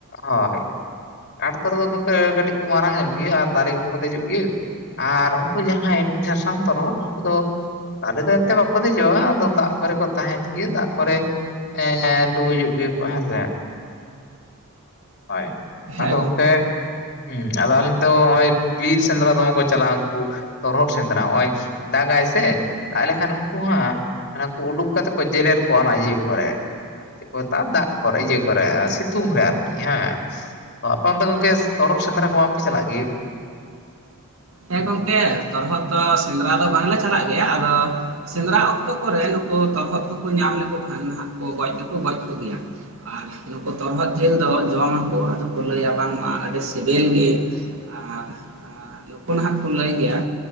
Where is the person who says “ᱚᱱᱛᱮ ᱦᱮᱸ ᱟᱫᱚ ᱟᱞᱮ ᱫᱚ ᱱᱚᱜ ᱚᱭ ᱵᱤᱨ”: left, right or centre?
Left